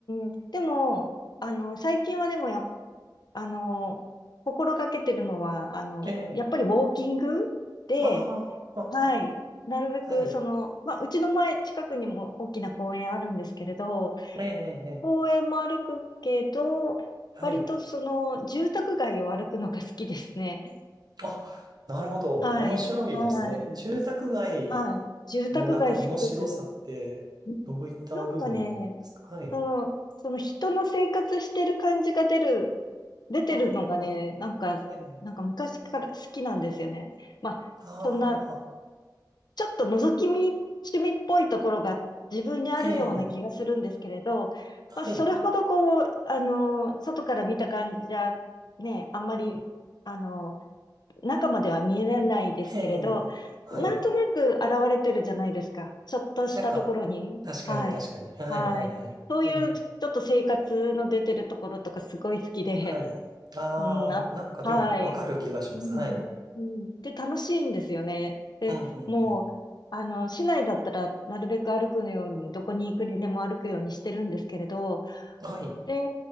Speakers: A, on the left; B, on the right.
A: ん、でも、あの、最近はでもやっ、あの、心がけてるのは、あの、
B: ええ。
A: やっぱりウォーキングで、
B: ああ、
A: はい、
B: あ
A: なるべくその、
B: あはい。
A: まあ、うちの前、近くにも大きな公園あるんですけれど、
B: ええ、ええ、
A: 公園も歩くけど、
B: ええはい。
A: 割とその、住宅街を歩くのが好きですね。
B: あ、なるほど。面白いですね。
A: はい、はい、
B: 住宅街
A: はい。住宅街好きです。
B: のなんか面白さって、
A: うんなんかね、
B: どういった部分ですかはい。
A: その、その人の生活してる感じが出る、出てるのがね、
B: ああ、
A: なんか、
B: ええ、
A: なんか昔から好きなんですよね。まあ、
B: ああ、
A: そんな、ちょっと覗き見、趣味っぽいところが自分にあるような気がするんですけれど、
B: ええ、はい。
A: まあ、それほどこう、あの、外から見た感じじゃ、ね、あんまり、あの、中までは見えないですけれど、
B: ええ、はい。
A: なんとなく現れてるじゃないですか。ちょっとしたところに。
B: なんか、確かに確かに。
A: はい。
B: はい、
A: はい。
B: はい、はい。
A: そういうちょっと生活の出てるところとかすごい好きで、
B: うん。はい。ああ、
A: うん、あ、
B: なんかでもわかる気がします。
A: はい。うん、
B: はい。
A: うん。で、楽しいんですよね。で、
B: うん、
A: もう、
B: うん、
A: あの、市内だったらなるべく歩くように、どこに行くにでも歩くようにしてるんですけれど、
B: うん。はい。
A: で、